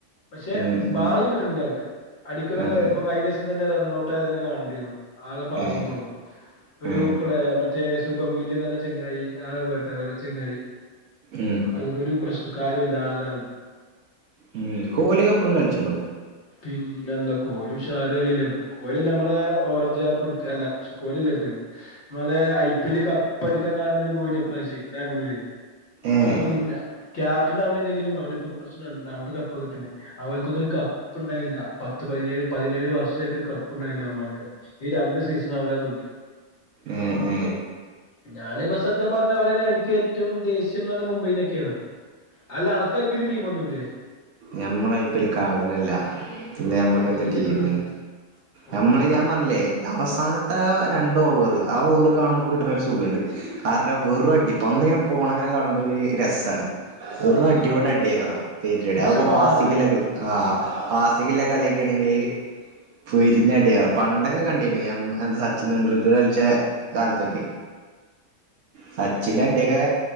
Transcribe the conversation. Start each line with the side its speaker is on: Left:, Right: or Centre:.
Left: പിന്നെഭാഗ്യം
Right: ഉം ഉം
Left: കിട്ണ്‌ല്ല ആൾക്ക്‌ അടിക്ക്‌ണ്താൾ
Right: ആഹ്
Left: ഇപ്പൊ കഴിഞ്ഞ ദിവസംതന്നെ റൺ ഔട്ട് ആ തന്നെ കാണണ്ടിരുന്നു ആകെ പാവം
Right: ഏഹ്
Left: തോന്നും ഒരു
Right: ഏഹ്
Left: പ്ലേ മറ്റേ സുപം മില്ലിന്ന് ചെങ്ങയി ആ <unintelligible> ചെങ്ങായി
Right: ഉം
Left: അതക്കെ ഒരു പ്രശ്ന കാര്യം ഇല്ലാതെ
Right: ഉം കോലി കപ് ഇപ്പളും കളിച്ചുണ്ടോ.
Left: പിന്നെന്താ കോലി ഉഷാറ് കളിയല്ലേ ഇപ്പൊ കോലിയല്ലേ നമ്മടെ ഓറഞ്ച് ക്യാപ്പ് എടുത്തെ അല്ല കോലിയല്ല എടുത്തേക്കണേ നമ്മളെ ഐ പി എല്ല് കപ്പ് അടിക്കാൻ കാരണം തന്നെ കോലിയാ ഇപ്രാവശ്യേ ബാംഗ്ലൂര്
Right: ഏഹ്
Left: അവൻ മുന്ന ക്യാപ്റ്റൻ അവനല്ലെങ്കിലും അവനിപ്പോ ഈ പ്രാവിശ്യം രണ്ടാമത്തെ കപ്പ കിട്ടണെ. അവർക്കൊന്നും ഒരു കപ്പ് ഇണ്ടായില്ല. പത്ത് പതിനേഴ് പതിനേഴ് വർഷായിട്ട് ഒരു കപ്പ് ഇണ്ടായില്ല അവന്മാർക്ക്. ഈ രണ്ട് സീസണും അവരാ തൂക്കിയെ
Right: ഉ ഉം
Left: ഞാനിപ്പ സത്യ പറഞ്ഞ അവര് എന്നെ എനിക്ക് ഏറ്റവും ദേ പക്ഷേ ന്നാലും മുംബൈലൊക്കെയാണ്. അല്ല അണക്കായി വലിയ ടീമൊന്നുല്ല്യേ
Right: ഞമ്മളയ്പ്പല് കാണലന്നല്ല പിന്നെ
Left: ആ
Right: മ്മക്ക് എന്ത്‌
Left: തീരെ
Right: ടീം
Left: കാണില്ല അല്ലേ ഓ
Right: നമ്മള്
Left: ശരി
Right: ഞാൻ പറഞ്ഞില്ലേ അവസാനത്തെ രണ്ട് ഓവറ് ആ ഓവറ് കാണുമ്പോൾ ഒക്കെ കിട്ടണ ഒരു സുഖണ്ട് അ വെറും അടി ഇപ്പൊ പന്തങ്ങനെ പോണങ്ങനെ കാണുമ്പോ ഒരു രസമാണ് വെറും അടിയോട് അടിയായിരിക്കും.
Left: സിക്സ്
Right: <unintelligible> അതൊക്കെ
Left: മാത്രം
Right: മാസ് സികലൾ ആ ആസിക് ഉള്ള കളിയൊക്കാണെങ്കില് പെരിഞ്ഞടിയാ പണ്ടൊക്കെ കണ്ടീനു എം എന്താ സച്ചിൻ തെണ്ടുൽക്കർ കളിച്ച കാലത്തൊക്കെ സച്ചിന്റെ അടിയൊക്കെ